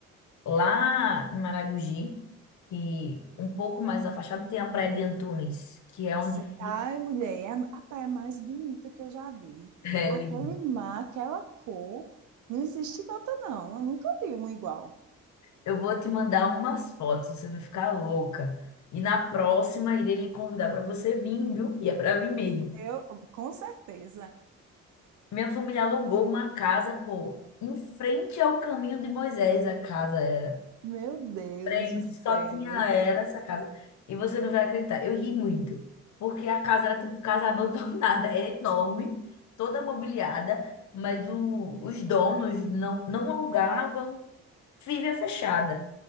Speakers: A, on the left; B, on the right.
A: lá em Maragogi, que um pouco mais afastado tem a Praia de Antunes, que é onde
B: Se-
A: fica
B: Ai, mulher, é a a praia mais bonita que eu já vi.
A: <laughs>
B: Aquele mar,
A: É
B: aquela cor, não existe outra, não. Eu nunca vi uma igual.
A: Eu vou te mandar umas fotos, você vai ficar louca. E na próxima, irei lhe convidar para você vir, viu? E é para vir mesmo.
B: Eu, com certeza.
A: Minha família alugou uma casa, pô, em frente ao caminho de Moisés, a casa era.
B: Meu Deus
A: Frente,
B: do céu.
A: só tinha era essa casa. E você não vai acreditar, eu ri muito, porque a casa era tipo casa <laughs> abandonada, era enorme, toda mobiliada, mas o- os donos não, não alugavam, vivia fechada.